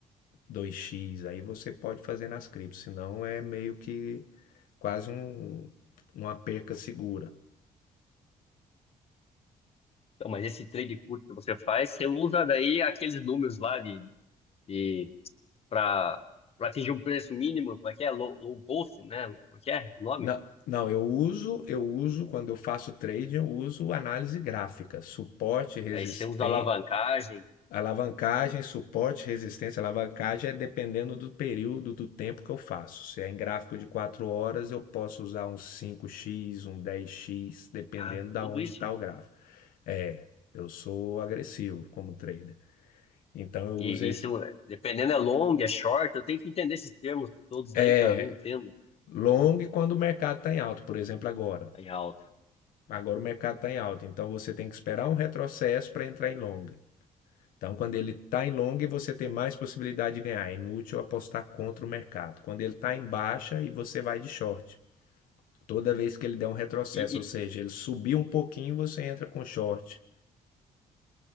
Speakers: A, on the left (about 85°); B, on the left (about 45°).
A: dois x aí você pode fazer nas criptos, senão é meio que quase um, uma perca segura.
B: Então, mas esse trade curto que você faz, você usa daí aqueles números lá de, de para para atingir um preço mínimo, como é que é? Low, low cost, né? Como é que é o nome?
A: Não, não, eu uso, eu uso quando eu faço trading, eu uso análise gráfica, suporte, resistência,
B: Aí você usa alavancagem,
A: alavancagem, suporte, resistência, alavancagem é dependendo do período do tempo que eu faço. Se é em gráfico de 4 horas, eu posso usar um cinco x um dez x dependendo
B: ah,
A: da
B: tudo
A: onde
B: isso.
A: está o gráfico. É, eu sou agressivo como trader. Então eu
B: E
A: uso
B: isso, dependendo, é long, é short. Eu tenho que entender esses termos todos
A: É,
B: aí, cara. eu Não entendo.
A: long quando o mercado está em alta, por exemplo, agora.
B: Aí, ah,
A: Agora o mercado está em alta, então você tem que esperar um retrocesso para entrar em long. Então, quando ele está em long, você tem mais possibilidade de ganhar. É inútil apostar contra o mercado. Quando ele está em baixa e você vai de short. Toda vez que ele der um retrocesso,
B: E, e,
A: ou seja, ele subir um pouquinho, você entra com short.